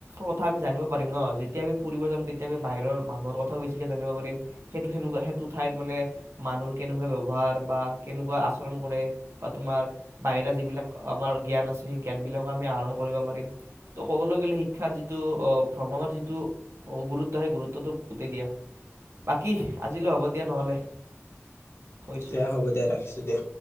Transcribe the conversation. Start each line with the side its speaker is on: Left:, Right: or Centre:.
Right: কথা আমি জানিব পাৰিম ন যেতিয়া আমি ফুৰিব যাম তেতিয়া আমি বাহিৰৰ মানুহৰ কথাও বেছিকৈ জানিব পাৰিম সেইটো সেনেকুৱা সেইটো ঠাইৰ মানে মানুহ কেনেকুৱা ব্যৱহাৰ বা কেনেকুৱা আচৰণ কৰে বা তোমাৰ বাহিৰা যিবিলাক আমাৰ জ্ঞান আছে সেই জ্ঞানবিলাকো আমি আহৰণ কৰিব পাৰিম ত' ক'বলৈ গ'লে শিক্ষাৰ যিটো ভ্ৰমণৰ যিটো গুৰুত্ব সেই গুৰুত্বটো বহুতেই দিয়া বাকী আজিলৈ হ'ব দিয়া নহ'লে থৈছোঁ
Left: দিয়া হ'ব দে ৰাখিছোঁ দে